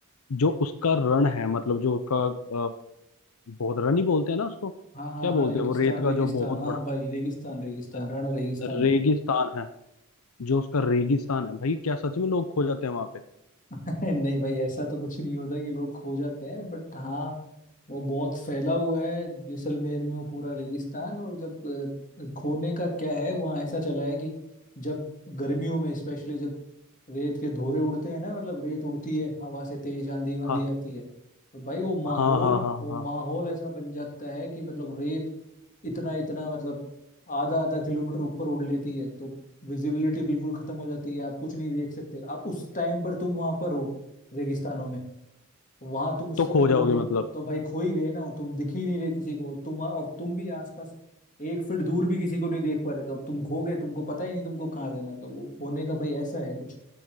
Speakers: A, on the left (about 80°); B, on the left (about 35°).
A: जो उसका रण है मतलब जो उसका अ, बहुत रण ही बोलते हैं ना उसको क्या
B: हाँ हाँ
A: बोलते
B: हाँ रेगिस्तान
A: हैं वो रेत का
B: रेगिस्तान
A: जो बहुत
B: हाँ
A: बड़ा
B: भाई रेगिस्तान रेगिस्तान
A: अ,
B: रण रेगिस्तान
A: रेगिस्तान है जो उसका रेगिस्तान है भाई क्या सच में लोग खो जाते हैं वहां पे
B: <laughs> नहीं भाई ऐसा तो कुछ नहीं होता कि लोग खो जाते हैं बट हाँ वो बहुत फैला हुआ है जैसलमेर में वो पूरा रेगिस्तान और जब अ, खोने का क्या है वहाँ ऐसा चला है कि जब गर्मियों में स्पेशली जब रेत के धोरे उड़ते हैं ना मतलब रेत उड़ती है हवा से तेज आंधी वांधी
A: हाँ
B: आती है तो भाई वो माहौल
A: हाँ हाँ हाँ
B: वो
A: हाँ
B: माहौल ऐसा बन जाता है कि मतलब रेत इतना इतना मतलब आधा आधा किलोमीटर ऊपर उड़ लेती है तो विजिबिलिटी बिल्कुल खत्म हो जाती है आप कुछ नहीं देख सकते आप उस टाइम पर तुम वहां पर हो रेगिस्तानों में वहां तुम उस
A: तो
B: समय
A: खो
B: घूमने
A: जाओगे मतलब
B: तो भाई खो ही गए ना तुम दिख ही नहीं रहे किसी को तुम और तुम भी आसपास एक फीट दूर भी किसी को नहीं देख पा रहे तो अब तुम खो गए तुमको पता ही नहीं तुमको कहाँ जाना है तो वो खोने का भाई ऐसा है कुछ